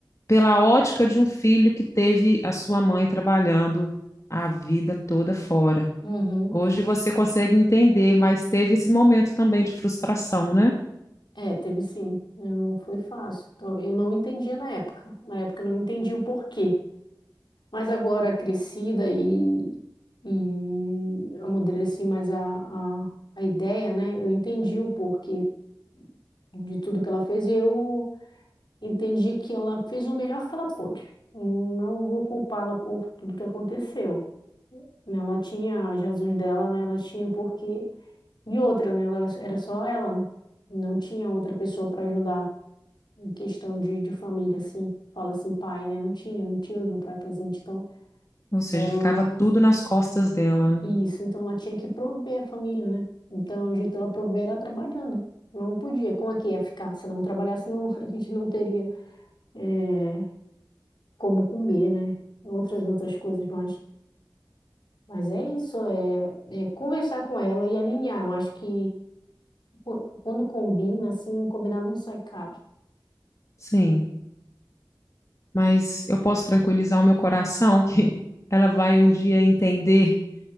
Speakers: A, on the left (about 40°); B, on the left (about 65°).
A: pela ótica de um filho que teve a sua mãe trabalhando a vida toda fora.
B: Uhum.
A: Hoje você consegue entender, mas teve esse momento também de frustração, né?
B: É, teve sim. Eu Não foi fácil. Então, eu não entendia na época. Na época eu não entendi o porquê. Mas agora crescida e, e amadureci mais a, a, a ideia, né? Eu entendi o porquê de tudo que ela fez e eu entendi que ela fez o melhor que ela pôde. Não vou culpá-la por tudo que aconteceu. né? Ela tinha Jesus dela, né? Ela tinha um porquê. E outra, né? Ela, era só ela, né? Não tinha outra pessoa para ajudar. em questão de, de família, assim, fala assim, pai, né? Não tinha, não tinha o meu pai presente, então
A: Ou seja,
B: ela,
A: ficava tudo nas costas dela. né?
B: isso, então ela tinha que prover a família, né? Então o jeito dela prover era trabalhando, não podia, como é que ia ficar? Se ela não trabalhasse, não, <laughs> a gente não teria eh, como comer, né? Outras, outras coisas mais. Mas é isso, é, é conversar com ela e alinhar. Eu acho que qu- quando combina, assim, combinar não sai caro.
A: Sim. mas eu posso tranquilizar o meu coração que <laughs> ela vai um dia entender